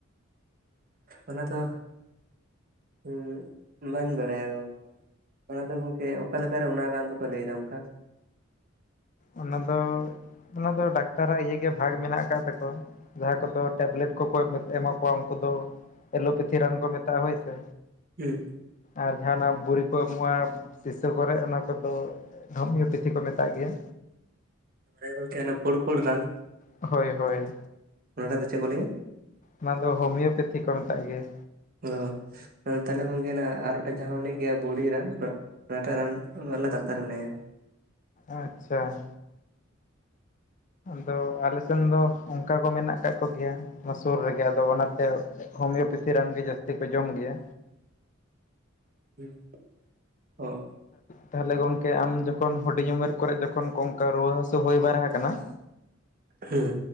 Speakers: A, on the right (about 45°); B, on the left (about 40°).
A: ᱚᱱᱟ ᱫᱚ ᱩᱸ ᱵᱟᱹᱧ ᱵᱟᱲᱟᱭᱟ᱾ ᱚᱱᱟ ᱫᱚ ᱜᱚᱝᱠᱮ ᱚᱠᱟ ᱞᱮᱠᱟᱨᱮ ᱚᱱᱟ ᱨᱟᱱ ᱫᱚᱠᱚ ᱞᱟᱹᱭ ᱫᱟ ᱚᱝᱠᱟ?
B: ᱚᱱᱟ ᱫᱚ ᱚᱱᱟ ᱫᱚ ᱰᱟᱠᱛᱟᱨᱟᱜ ᱤᱭᱟᱹ ᱜᱮ ᱵᱷᱟᱜᱽ ᱢᱮᱱᱟᱜ ᱠᱟᱜ ᱛᱟᱠᱚᱣᱟ᱾ ᱡᱟᱸᱦᱟᱭ ᱠᱚᱫᱚ ᱴᱮᱵᱞᱮᱴ ᱠᱚᱠᱚ ᱮᱢᱟ ᱠᱚᱣᱟ ᱩᱱᱠᱩ ᱫᱚ᱾ ᱮᱞᱳᱯᱮᱛᱷᱤ ᱨᱟᱱ ᱠᱚ ᱢᱮᱛᱟᱜ ᱦᱳᱭ ᱥᱮ᱾
A: ᱦᱩᱸ᱾
B: ᱟᱨ ᱡᱟᱸᱦᱟ ᱚᱱᱟ ᱵᱚᱨᱤ ᱠᱚ ᱮᱢᱚᱜ-ᱟ ᱥᱤᱥᱟᱹ ᱠᱚᱨᱮᱜ ᱚᱱᱟ ᱠᱚᱫᱚ᱾ ᱦᱟᱢᱤᱭᱳ ᱯᱮᱛᱷᱤ ᱠᱚ ᱢᱮᱛᱟ ᱜᱮᱭᱟ᱾
A: ᱦᱮᱸ ᱜᱚᱝᱠᱮ ᱚᱱᱮ ᱯᱩᱲ ᱯᱩᱲ ᱨᱟᱱ᱾
B: ᱦᱳᱭ ᱦᱳᱭ᱾
A: ᱚᱱᱟ ᱴᱟᱜ ᱫᱚ ᱪᱮᱜ ᱠᱚ ᱞᱟᱹᱭᱟ?
B: ᱚᱱᱟ ᱫᱚ ᱦᱳᱢᱤᱭᱳᱯᱮᱛᱷᱤ ᱠᱚ ᱢᱮᱛᱟᱜ ᱜᱮᱭᱟ᱾
A: ᱚᱻ᱾ ᱛᱟᱦᱚᱞᱮ ᱜᱚᱢᱠᱮ ᱟᱨ ᱢᱤᱫᱴᱟᱝ ᱡᱟᱦᱟᱸ ᱟᱢ ᱞᱟᱹᱭ ᱠᱮᱫᱮᱭᱟ ᱵᱩᱲᱤ ᱨᱟᱱ ᱚᱱᱟᱴᱟᱜ ᱨᱟᱱ ᱵᱟᱞᱟ ᱰᱟᱠᱛᱟᱨᱮ ᱢᱮᱱᱟᱭᱟ᱾
B: ᱟᱪᱪᱷᱟ ᱾ ᱟᱫᱚ ᱟᱞᱮᱥᱮᱱ ᱫᱚ, ᱚᱱᱠᱟ ᱠᱚ ᱢᱮᱱᱟᱜ ᱟᱠᱟᱫ ᱠᱚᱜᱮᱭᱟ ᱚᱱᱟ ᱥᱩᱨ ᱨᱮᱜᱮ ᱟᱫᱚ ᱚᱱᱟᱛᱮ ᱦᱳᱢᱤᱭᱳᱯᱮᱛᱷᱤ ᱨᱟᱱ ᱜᱮ ᱡᱟᱹᱥᱛᱤ ᱠᱚ ᱡᱚᱢ ᱜᱮᱭᱟ᱾
A: <inaudible>
B: ᱛᱟᱦᱚᱞᱮ ᱜᱚᱝᱠᱮ ᱟᱢ ᱡᱚᱠᱷᱚᱱ ᱦᱩᱰᱤᱧ ᱩᱢᱮᱨ ᱠᱚᱨᱮ ᱡᱚᱠᱷᱚᱱ ᱠᱚᱱᱠᱟ ᱨᱩᱣᱟᱹ ᱦᱟᱹᱥᱩ ᱦᱩᱭ ᱵᱟᱲᱟ ᱠᱟᱱᱟ
A: ᱦᱩᱸ